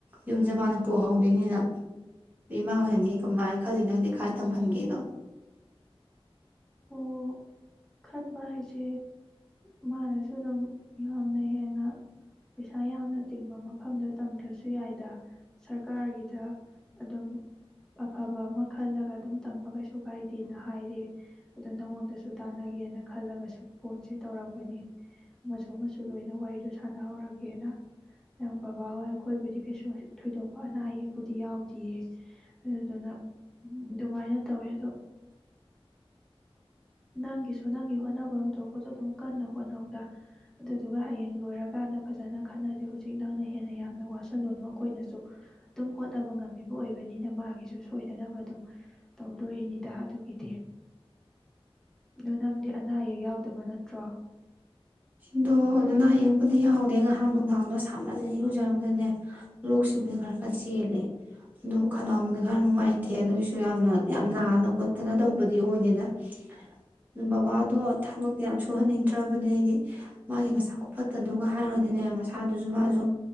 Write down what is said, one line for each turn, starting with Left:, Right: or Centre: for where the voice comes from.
Right: ꯌꯨꯝꯁꯦ ꯃꯥꯅ ꯄꯨꯍꯧꯗꯣꯏꯅꯤꯅ ꯏꯃꯥ ꯍꯣꯏꯅꯗꯤ ꯀꯃꯥꯏꯅ ꯈꯜꯂꯤ ꯅꯪꯗꯤ ꯀꯥꯏ ꯇꯝꯍꯟꯒꯦꯗꯣ
Centre: ꯑꯣ ꯈꯟꯕ ꯍꯥꯏꯁꯦ ꯍꯦ ꯃꯥꯅꯁꯨ ꯑꯗꯨꯝ ꯌꯥꯝꯅ ꯍꯦꯟꯅ ꯄꯩꯁꯥ ꯌꯥꯝꯅ ꯇꯤꯡꯕ ꯃꯐꯝꯗ ꯇꯝꯗ꯭ꯔꯁꯨ ꯌꯥꯏꯗ ꯁꯔꯀꯥꯔꯒꯤꯗ ꯑꯗꯨꯝ ꯑꯐꯕ ꯑꯃ ꯈꯜꯂꯒ ꯑꯗꯨꯝ ꯇꯝꯕ ꯀꯩꯁꯨ ꯀꯥꯏꯗꯦꯅ ꯍꯥꯏꯔꯦ ꯑꯗꯣ ꯅꯪꯉꯣꯟꯗꯁꯨ ꯇꯥꯅꯒꯦꯅ ꯈꯜꯂꯒꯁꯨ ꯐꯣꯟꯁꯦ ꯇꯧꯔꯛꯄꯅꯤ ꯑꯃꯁꯨ ꯑꯃꯁꯨ ꯂꯣꯏꯅ ꯋꯥꯔꯤꯗꯣ ꯁꯥꯟꯅꯍꯧꯔꯒꯦꯅ ꯅꯪ ꯕꯕꯥꯍꯣꯏ ꯑꯩꯈꯣꯏꯕꯨꯗꯤ ꯀꯩꯁꯨ ꯊꯣꯏꯗꯣꯛꯄ ꯑꯅꯥ ꯑꯌꯦꯛꯄꯨꯗꯤ ꯌꯥꯎꯗꯤꯌꯦ ꯑꯗꯨꯗꯨꯅ ꯑꯗꯨꯃꯥꯏꯅ ꯇꯧꯋꯦ ꯑꯗꯣ ꯅꯪꯒꯤꯁꯨ ꯅꯪꯒꯤ ꯍꯣꯠꯅꯕꯝ ꯊꯣꯛꯄꯗꯣ ꯑꯗꯨꯝ ꯀꯟꯅ ꯍꯣꯠꯅꯧꯗ ꯑꯗꯨꯗꯨꯒ ꯍꯌꯦꯡ ꯂꯣꯏꯔꯀꯥꯟꯗ ꯐꯖꯅ ꯈꯟꯅꯖꯦ ꯍꯧꯖꯤꯛ ꯅꯪꯅ ꯍꯦꯟꯅ ꯌꯥꯝꯅ ꯋꯥꯁꯤꯜꯂꯨꯅꯨ ꯑꯩꯈꯣꯏꯅꯁꯨ ꯑꯗꯨꯝ ꯍꯣꯠꯅꯕ ꯉꯝꯃꯤꯕ ꯑꯣꯏꯕꯅꯤꯅ ꯃꯥꯒꯤꯁꯨ ꯁꯣꯏꯗꯅꯕ ꯑꯗꯨꯝ ꯇꯧꯗꯣꯔꯤꯅꯤꯗ ꯑꯗꯨꯒꯤꯗꯤ ꯑ ꯅꯪꯗꯤ ꯑꯅꯥ ꯑꯌꯦꯛ ꯌꯥꯎ ꯗꯕ ꯅꯠꯇ꯭ꯔꯣ
Right: ꯁꯤꯗꯣ ꯑꯅꯥ ꯑꯌꯦꯛꯄꯗꯤ ꯌꯥꯎꯗꯦ ꯉꯍꯥꯟ ꯅꯨꯡꯗꯥꯡꯗꯣ ꯁꯥꯃꯜꯂꯦꯅ ꯏꯔꯨꯖꯔꯝꯕꯗꯅꯦ ꯂꯣꯛ ꯁꯤꯕꯗ ꯈꯔ ꯈꯔ ꯆꯦꯜꯂꯦ ꯑꯗꯨ ꯈꯅꯥꯎꯕꯨꯗꯤ ꯈꯔ ꯅꯨꯡꯉꯥꯏꯇꯦ ꯑꯗꯨꯒꯤꯁꯨ ꯌꯥꯝꯅ ꯌꯥꯝ ꯅꯥꯅ ꯈꯣꯠꯇꯅ ꯇꯧꯕꯗꯤ ꯑꯣꯏꯗꯦꯗ ꯑꯗꯨ ꯕꯕꯥꯗꯣ ꯊꯕꯛꯇꯤ ꯌꯥꯝ ꯁꯨꯍꯟꯅꯤꯡꯗ꯭ꯔꯕꯅꯦ ꯑꯩꯗꯤ ꯃꯥꯒꯤ ꯃꯁꯥ ꯈꯨꯐꯠꯇꯗꯨꯒ ꯍꯥꯏꯔꯣꯗꯤꯅꯦ ꯃꯁꯥꯗꯨꯖꯨ ꯃꯥꯖꯨ